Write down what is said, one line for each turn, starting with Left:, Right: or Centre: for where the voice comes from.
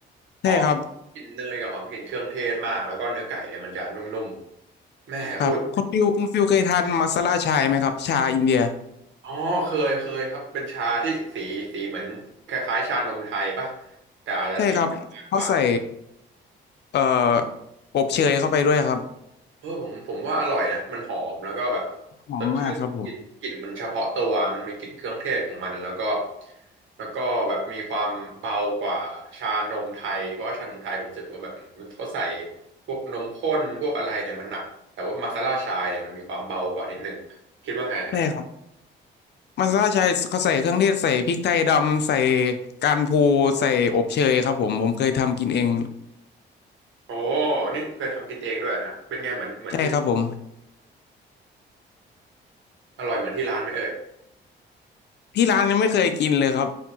Right: หอมกลิ่นเนยกับหอมกลิ่นเครื่องเทศมากแล้วก็เนื้อไก่เนี่ยมันจะนุ่มๆแม่พูด
Left: ใช่ครับครับคุณฟิวคุณฟิวเคยทานมาซาล่าชายไหมครับชาอินเดีย
Right: อ๋อเคยเคยครับเป็นชาที่สีสีเหมือนคล้ายๆชานมไทยปะแต่อาจจะสีมากกว่า
Left: ใช่ครับเขาใส่ เอ่ออบเชยเข้าไปด้วยครับ
Right: เออผมผมว่าอร่อยนะมันหอมแล้วก็แบบ
Left: หอมมากครับผม
Right: สดชื่นกลิ่นกลิ่นมันเฉพาะตัวมันมีกลิ่นเครื่องเทศของมันแล้วก็แล้วก็แบบมีความเบากว่าชานมไทยเพราะว่าชานมไทยผมรู้สึกว่าแบบมันเขาใส่พวกนมข้นพวกอะไรเนี่ยมันหนักแต่ว่ามาซาล่าชายเนี่ยมันมีความเบากว่านิดนึงคิดว่าไงฮะ
Left: ใช่ครับมัสตาร์ดใช้เขาใส่เครื่องเทศใส่พริกไทยดำใส่การพูใส่อบเชยครับผมผมเคยทำกินเอง
Right: โอ้นี่เคยทำกินเองด้วยฮะเป็นไงเหมือนเหมือนที่ร้าน
Left: ใช่ครับผม
Right: อร่อยเหมือนที่ร้านไหมเอ่ย
Left: ที่ร้านยังไม่เคยกินเลยครับ